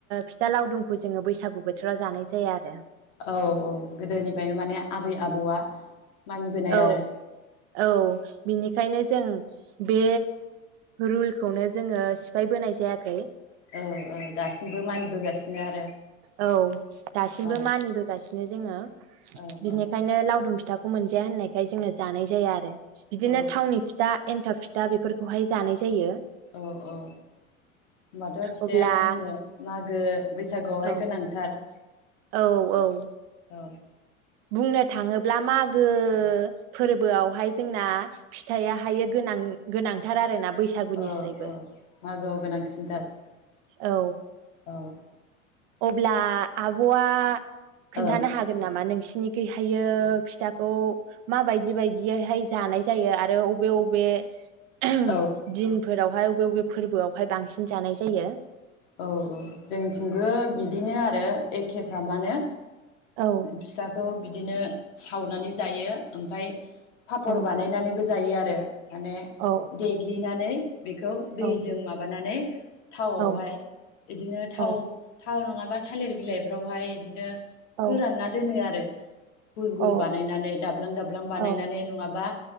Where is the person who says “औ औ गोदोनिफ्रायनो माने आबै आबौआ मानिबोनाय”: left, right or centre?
Left